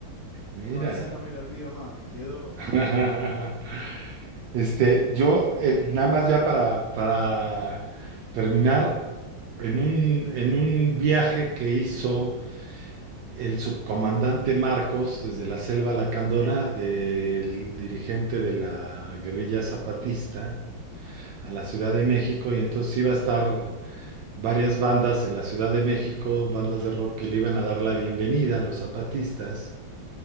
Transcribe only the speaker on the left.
No, esa no me la olvido más, me quedó.